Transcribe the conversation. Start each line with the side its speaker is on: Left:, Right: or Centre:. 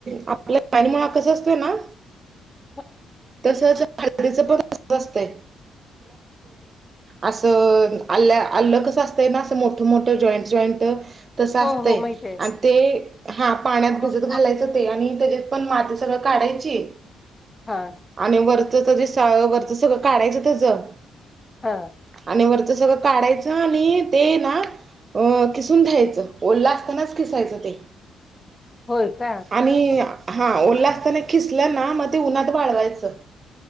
Right: आपल्या पाणी मुळा कसं असतोय ना.
Left: <inaudible>
Right: तसंच हळदीचं पण तसंच असतय. अस अलं कस असतय ना अस मोठं मोठं. Joint joint. तसं
Left: हो
Right: असतंय
Left: हो माहित आहे.
Right: आणि ते हा पाण्यात
Left: हा
Right: भिजत घालायचं ते आणि त्याच्यात पण माती सगळं काढायची.
Left: हा.
Right: आणि वरचं त जे स वरचं सगळं काढायचं त्याचं
Left: हा.
Right: आणि वरचं सगळं काढायचं आणि ते ना. अ खिसून घ्यायचं ओलं असतानाच खिसायचं ते
Left: होय क?
Right: आणि हा ओलं असताना खिसलं ना मग ते उन्हात वाळवायचं.